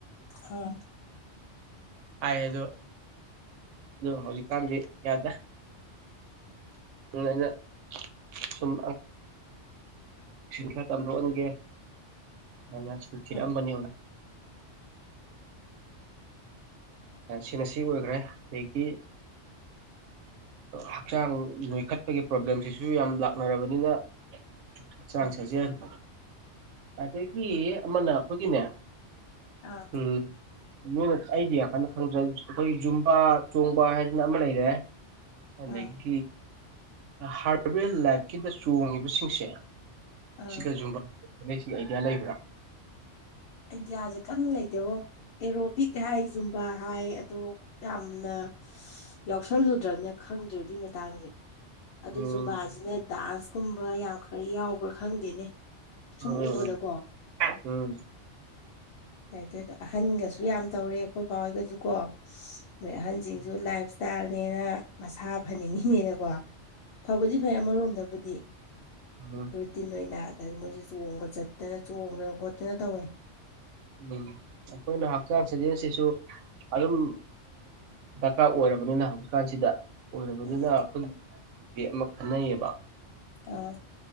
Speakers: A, on the left; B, on the right.
A: ꯑꯥ
B: ꯍꯥꯏ ꯑꯗꯣ ꯑ ꯍꯧꯖꯤꯛꯀꯥꯟꯗꯤ ꯌꯥꯗ꯭ꯔ ꯩꯅ ꯁꯨꯝ ꯁꯤꯡ ꯈꯔ ꯀꯥꯝꯗꯣꯛꯑꯟꯒꯦ ꯑꯗꯨꯅ ꯁꯨ ꯊꯤꯔꯛꯑꯝꯕꯅꯤ
A: ꯑꯥ
B: ꯁꯤꯅ ꯁꯤ ꯑꯣꯏꯈ꯭ꯔꯦ ꯑꯗꯒꯤ ꯍꯛꯆꯥꯡ ꯅꯣꯏꯈꯠꯄꯒꯤ ꯄ꯭ꯔꯣꯕ꯭ꯂꯦꯝꯁꯤꯁꯨ ꯌꯥꯝ ꯂꯥꯛꯅꯔꯕꯅꯤꯅ ꯍꯛꯆꯥꯡ
A: ꯎꯝ
B: ꯁꯥꯏꯖꯅꯤ ꯑꯗꯒꯤ ꯑꯃꯅ ꯑꯩꯈꯣꯏꯒꯤꯅꯦ
A: ꯑꯥ
B: ꯎꯝ ꯃꯣꯏꯅ ꯍꯥꯏꯗꯤꯌꯥ ꯍꯥꯏꯅ ꯈꯪꯗ꯭ꯔꯦ ꯑꯩꯈꯣꯏ ꯌꯨꯝꯕꯥ ꯆꯣꯡꯕ ꯍꯥꯏꯗꯅ ꯑꯃ ꯂꯩꯔꯦ ꯑꯗꯒꯤ
A: ꯑꯥ
B: ꯍꯥꯔꯕꯦꯜ ꯂꯥꯏꯐꯀꯤꯗ ꯆꯣꯡꯉꯤꯕꯁꯤꯡꯁꯦ
A: ꯑꯥ
B: ꯁꯤꯒ ꯌꯨꯝꯕ ꯍꯦꯛꯁꯤ ꯑꯥꯏꯗꯤꯌꯥ ꯂꯩꯕ꯭ꯔꯥ
A: ꯑꯥꯏꯗꯤꯌꯥꯁꯦ ꯀꯟꯅ ꯂꯩꯗꯦꯕ ꯑꯦꯔꯣꯕꯤꯛ ꯍꯥꯏ ꯌꯖꯨꯝꯕꯥ ꯍꯥꯏ ꯑꯗꯣ ꯌꯥꯝꯅ ꯌꯥꯎꯁꯜꯂꯨꯗ꯭ꯔꯕꯅ ꯈꯪꯗ꯭ꯔꯦꯏ ꯃꯇꯥꯡꯁꯦ ꯑꯗꯨ
B: ꯎꯝ
A: ꯖꯨꯝꯕꯥꯁꯤꯅ ꯗꯥꯟꯁꯀꯨꯝꯕ ꯌꯥꯝ ꯈꯔ ꯌꯥꯎꯕ꯭ꯔꯥ ꯈꯪꯗꯦꯅꯦ ꯁꯨꯝ
B: ꯎꯝ
A: ꯎꯕꯗꯀꯣ
B: ꯎꯝ
A: ꯇꯥꯏ ꯇꯣ ꯑꯍꯟꯒꯁꯨ ꯌꯥꯝ ꯇꯧꯔꯦ ꯑꯩꯈꯣꯏ ꯕꯥꯥꯎ ꯍꯣꯏꯒꯁꯨ ꯀꯣ ꯃꯣꯏ ꯑꯍꯟꯁꯤꯡꯁꯨ ꯂꯥꯏꯐ ꯏꯁꯇꯥꯏꯜꯅꯦꯅ ꯃꯁꯥ ꯐꯅꯤꯡꯉꯤꯅꯦꯅꯀꯣ ꯐꯕꯨꯗꯤ ꯐꯩ ꯑꯃꯔꯣꯝꯗꯕꯨꯗꯤ
B: ꯎꯝ
A: ꯔꯨꯇꯤꯟ ꯑꯣꯏꯅ ꯑꯗ ꯃꯣꯏꯁꯨ ꯆꯣꯡꯕ ꯆꯠꯇꯅ ꯆꯣꯡꯗꯅ ꯈꯣꯠꯇꯅ ꯇꯧꯋꯦ
B: ꯎꯝ ꯑꯩꯈꯣꯏꯅ ꯍꯛꯆꯥꯡ ꯁꯥꯖꯦꯟꯁꯤꯁꯨ ꯑꯗꯨꯝ ꯗꯔꯀꯥꯔ ꯑꯣꯏꯔꯕꯅꯤꯅ ꯍꯧꯖꯤꯛꯀꯥꯟꯁꯤꯗ ꯑꯣꯏꯔꯕꯅꯤꯅ
A: ꯎꯝ
B: ꯑꯩꯈꯣꯏꯒꯤ ꯗꯤ ꯑꯃ ꯈꯟꯅꯩꯌꯦꯕ
A: ꯑꯥ